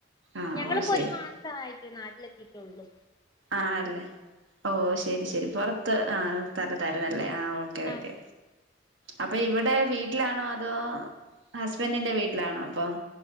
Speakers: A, on the right; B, on the left.
A: ആഹ്
B: ഞങ്ങളിപ്പോ
A: ഓ ശരി
B: ഒരു മാസായിട്ട് നാട്ടിലെത്തിട്ടുള്ളു.
A: ആല്ലേ ഓ ശരി ശരി പൊറത്ത് ആഹ്. തരം തരംല്ലേ ആഹ് ഓക്കെ ഓക്കെ.
B: ആഹ്
A: അപ്പ ഇവ്ടെ വീട്ടിലാണോ അതോ ഹസ്ബൻഡിന്റെ വീട്ട്ലാണോ അപ്പം?